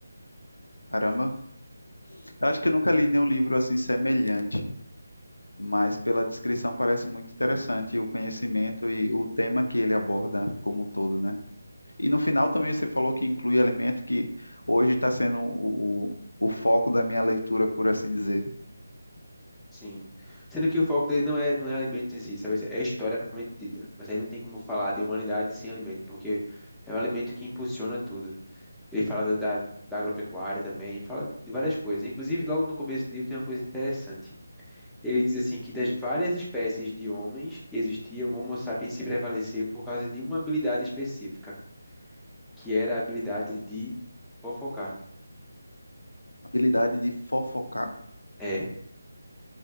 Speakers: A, on the left; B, in the centre.
A: Caramba, Eu Acho que eu nunca li nenhum livro assim semelhante, mas pela descrição parece muito interessante o conhecimento e o tema que ele aborda como um todo, né? E no final também você falou que inclui alimento que hoje está sendo o, o o foco da minha leitura, por assim dizer.
B: Sim. Sendo que o foco dele não é, não é alimento em si, sabe? É a história propriamente dita. Mas aí não tem como falar de humanidade sem alimento, porque é o alimento que impulsiona tudo. Ele fala da, da, da agropecuária também, fala de várias coisas. Inclusive, logo no começo do livro tem uma coisa interessante. Ele diz assim que das várias espécies de homens que existiam, o Homo sapiens se prevaleceu por causa de uma habilidade específica, que era a habilidade de fofocar.
A: Habilidade de fofocar?
B: É.